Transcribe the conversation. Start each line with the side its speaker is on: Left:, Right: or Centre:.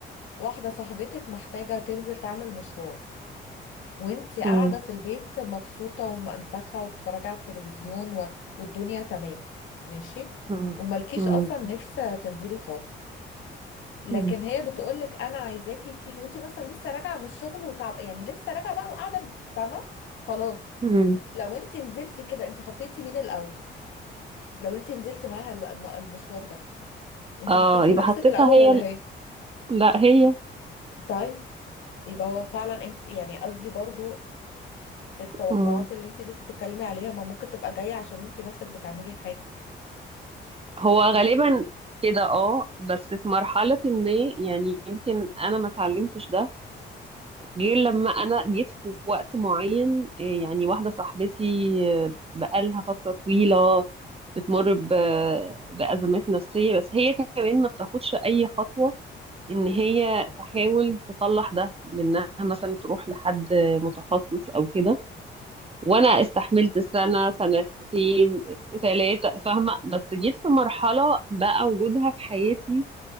Left: واحدة صاحبتك محتاجة تنزل تعمل مشوار وانت قاعدة
Right: مم.
Left: في البيت مبسوطة ومنتخة وبتتفرجي على التلفزيون و... والدنيا تمام ماشي
Right: مم.
Left: وملكيش
Right: مم.
Left: اصلا نفس تنزلي خالص لكن
Right: مم.
Left: هي بتقولك انا عايزاكي تيجي وانت مثلا لسه راجعه من الشغل وتعب يعني لسه راجعه بقى وقاعده فاهمه خلاص
Right: مم.
Left: لو انت نزلتي كده انت حطيتي مين الاول لو انت نزلتي معاها الم- الم- المشوار ده انت
Right: اه
Left: حطيتي
Right: يبقى
Left: نفسك
Right: حطيتها
Left: الاول
Right: هي
Left: ولا
Right: ال-
Left: هي
Right: لا هي
Left: طيب يبقى هو فعلا انت يعني قصدي برضو التوقعات
Right: مم.
Left: اللي انت لسه بتتكلمي عليها ما ممكن تبقى جاية عشان انت نفسك بتعملي الحاجة
Right: هو غالبا كده اه بس في مرحلة ما يعني يمكن انا ما اتعلمتش ده غير لما انا جيت في وقت معين إيه، يعني واحده صاحبتي آه، بقالها فتره طويله بتمر ب- بازمات نفسيه بس هي كمان ما بتاخدش اي خطوه ان هي تحاول تصلح ده بانها مثلا تروح لحد متخصص او كده وانا استحملت سنه سنتين ثلاثه فاهمه بس جيت في مرحله بقى وجودها في حياتي